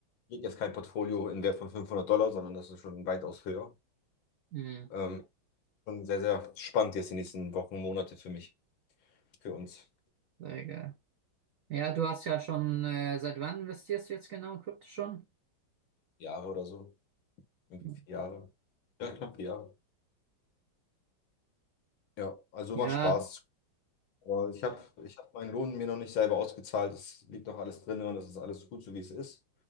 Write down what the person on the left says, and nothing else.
kriege jetzt kein Portfolio in Wert von 500 Dollar, sondern das ist schon weitaus höher.
Ähm, und sehr, sehr spannend jetzt die nächsten Wochen, Monate für mich, für uns.
Jahre oder so. Irgendwie
vier Jahre. Ja, knapp vier Jahre. Ja, also
macht Spaß. Aber ich habe ich hab meinen Lohn mir noch nicht selber ausgezahlt. Es liegt noch alles drin und es ist alles gut, so wie es ist.